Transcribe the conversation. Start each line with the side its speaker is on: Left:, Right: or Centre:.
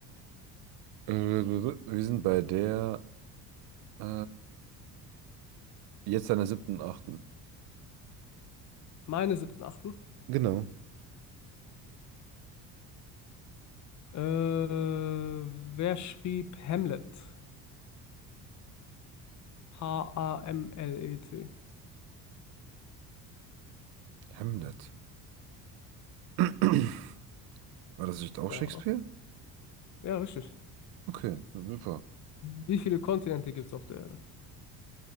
Right: Äh, Wir sind bei der Äh, jetzt an der siebten, achten.
Left: Meine siebten, achten.
Right: Genau.
Left: Äh, wer schrieb Hamlet? H-A-M-L-E-T.
Right: Hamlet. <clears throat> War das nicht auch
Left: Ja,
Right: Shakespeare?
Left: ja, richtig.
Right: Okay, super.
Left: Wie viele Kontinente gibt es auf der Erde?